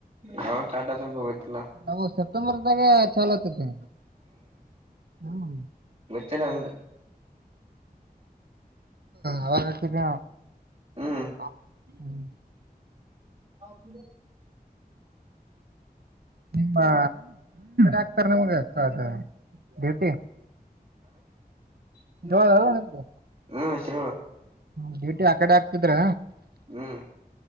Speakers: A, on the right; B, on the right.
A: ಯಾವಷ್ಟಟಾಸ ಗೋಗತಿಲ್ಲ
B: ನಾವು ಸೆಪ್ಟೆಂಬರ್ದಾಗೆ ಚಲತ್ತಿದ್ದ ಹ್ಮ
A: ಚಲಂಗ
B: ಅವಾಗಿದ್ದ
A: ಹ್ಮ್
B: <inaudible>
A: <inaudible>
B: ಹಾ ಆಗ್ತಾರೆ ನಮಗ ಅದು ಡ್ಯೂಟಿ
A: ಹ್ಮ
B: ಜೋಳಲ್ಲ ನಿಮ್ದು ಡ್ಯೂಟಿ ಆಕಡೆ ಆಗ್ತಿದ್ರ
A: ಹ್ಮ್